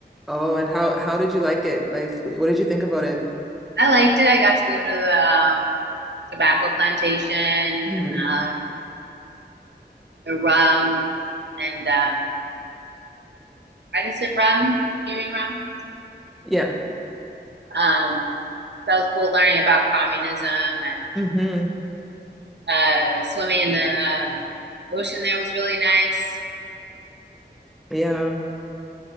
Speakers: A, in the centre; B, on the right.
A: Oh, and how how did you like it? Like, what did you think about it?
B: I liked it. I got to go to the um, tobacco plantation and
A: hmm
B: um the rum and um why does it rum? Cuban rum?
A: Yeah.
B: Um that was cool learning about communism and
A: hmm
B: uh, swimming in the um, ocean there was really nice.
A: Yeah.